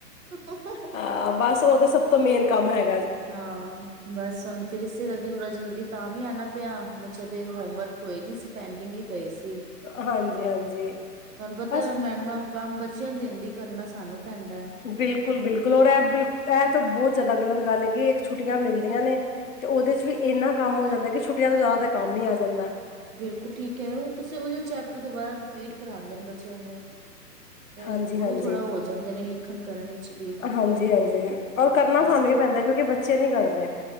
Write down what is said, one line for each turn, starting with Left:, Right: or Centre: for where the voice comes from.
Right: ਆ।
Left: ਆ। ਬਸ ਓ ਤਾ, ਸਭ ਤੋਂ ਮੇਨ ਕੰਮ ਹੈਗ।
Right: ਹਾਂ, ਬਸ ਹੁਨ ਫਿਰ ਇਸੇ ਕਰਕੇ ਥੋੜਾ ਜਲਦੀ ਤਾ ਵੀ ਆਨਾ ਪਿਆ। ਬੱਚੇਆ ਦੇ ਹੋਮਵਰਕ ਹੋਏ ਨੀ ਸੀ, ਪੈਂਡਿੰਗ ਈ ਪਏ ਸੀ।
Left: ਹਾਂਜੀ-ਹਾਂਜੀ
Right: <unintelligible> ਤਾਨੂੰ ਪਤਾ
Left: ਬਸ
Right: ਮੈਡਮਾ ਕੰਮ ਬੱਚੇਆ ਨੂੰ ਦੇਂਦੀ, ਕਰਨਾ ਸਾਨੂੰ ਪੈਂਦਾ ਹੈ
Left: ਬਿਲਕੁਲ- ਬਿਲਕੁਲ ਔਰ ਐ ਐ ਤਾ ਬੋਤ ਜਾਦਾ ਗਲਤ ਗੱਲ ਏ ਕਿ ਇੱਕ ਛੁੱਟੀਆਂ ਮਿਲਦੀਆਂ ਨੇ, ਤੇ ਓਦੇ ਚ ਵੀ ਏਨਾ ਕੰਮ ਹੋ ਜਾਂਦੇ ਕਿ ਛੁੱਟੀਆਂ ਤੋਂ ਜਾਦਾ ਤਾਂ ਕੰਮ ਈ ਆ ਜਾਂਦੇ।
Right: ਬਿਲਕੁਲ, ਠੀਕ ਕੈ ਰੇ ਹੋ, ਤੁਸੀ। ਓਈਓ ਈ ਚੈਪਟਰ ਦੁਬਾਰਾ ਰਿਪੀਟ ਕਰਾਂਦੇ ਨੇ ਬੱਚੇਆਂ ਨੂੰ। ਫੇਰ
Left: ਹਾਂਜੀ-ਹਾਂਜੀ,
Right: ਓ ਵੀ ਥੋੜਾ ਹੋ ਜਾਂਦੇ ਨੇ ਲਿਖਨ-ਕਰਨ ਇੱਚ ਵੀ।
Left: ਹਾਂਜੀ-ਹਾਂਜੀ ਔਰ
Right: ਇਸ
Left: <unintelligible> ਕਿਉਂਕਿ ਬੱਚੇ ਨੀ ਪੜਦੇ